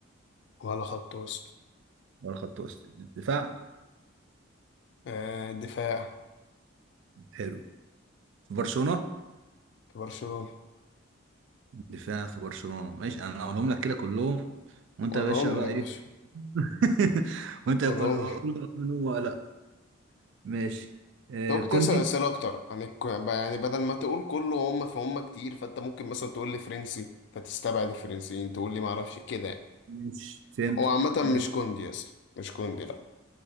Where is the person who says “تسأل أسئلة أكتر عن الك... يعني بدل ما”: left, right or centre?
Left